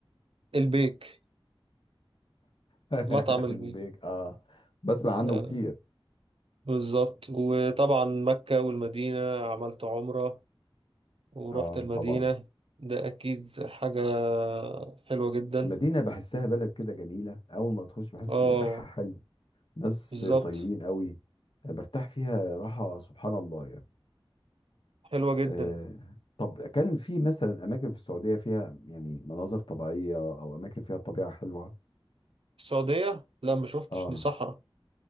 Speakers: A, on the right; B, on the left.
A: البيك
B: <laughs>
A: مطعم البيك
B: علم بيك اه بسمع
A: آه
B: عنه كتير
A: بالظبط وطبعا مكة والمدينة عملت عمرة ورحت
B: اه
A: المدينة
B: طبعا
A: ده اكيد حاجة حلوة جدا
B: مدينة بحسها بلد كده جميلة أول ما تخش بحس
A: اه
B: ريحها حلو ناس
A: بالظبط
B: طيبين قوي برتاح فيها راحة سبحان الله يعني
A: حلوة جدا
B: آه طب كان في مثلا أماكن في السعودية فيها يعني مناظر طبيعية أو أماكن فيها طبيعة حلوة
A: السعودية لا ما شفتش
B: اه
A: دي صحراء